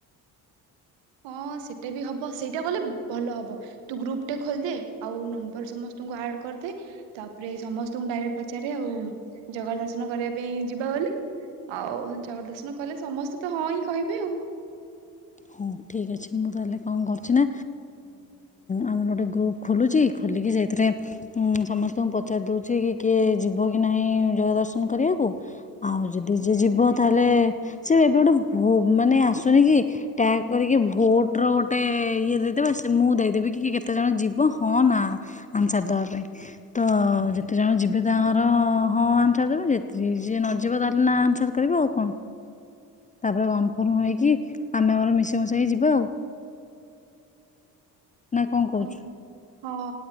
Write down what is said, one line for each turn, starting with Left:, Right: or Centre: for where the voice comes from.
Right: ହଁ ସେଇଟା ବି ହବ ସେଇଟା କଲେ ଭଲ ହବ ତୁ ଗ୍ରୁପ ଟା ଖୋଲିଦେ ଆଉ ନମ୍ବର ସମସ୍ତଙ୍କୁ ଆଡ କରିଦେ ତାପରେ ସମସ୍ତଙ୍କୁ ଡାଇକ୍ଟ ପଚାରେ ଆଉ ଜଗ ଦର୍ଶନ କରିବା ପାଇଁ ଯିବା ବୋଲି ଆଉ ଜଗ ଦର୍ଶନ କଲେ ସମସ୍ତେ ତ ହଁ ହିଁ କହିବେ ଆଉ।
Left: ହଁ ଠିକ ଅଛି ମୁଁ ତାହେଲେ କଣ କରୁଛି ନା ଆମର ଗୋଟେ ଗ୍ରୁପ ଖୋଲୁଛି ଖୋଲିକି ସେଇଥିରେ ସମସ୍ତଙ୍କୁ ପଚାରି ଦଉଛି କି କିଏ ଯିବ କି ନାହିଁ ଜଗା ଦର୍ଶନ କରିବାକୁ ଆଉ ଯଦି ଯିଏ ଯିବ ତାହେଲେ ସ ଏବେ ଗୋଟେ ମାନେ ଆସୁନି କି? ଟ୍ୟାଗ କରିକି ଭୋଟ ର ଗୋଟେ ଇଏ ଦେଇଦେବେ ସେ ମୁଁ ଦେଇଦେବି କି କେତେ ଜଣ ଯିବ ହଁ ନା ଆନ୍ସର ଦେବା ପାଇଁ ତ ଯେତେ ଜଣ ଯିବେ ତାଙ୍କର ହଁ ଆନ୍ସର ଦେବେ ଯେତିକି ଯିଏ ନ ଯିବ ତାହେଲେ ନା ଆନ୍ସର କରିବେ ଆଉ କଣ? ତାପରେ କନଫର୍ମ ହେଇକି ଆମେ ଆମର ମିଶେଇ ମିଶେଇକି ଯିବା ଆଉ। <inaudible> କଣ କହୁଛୁ?
Right: ହଁ ହଁ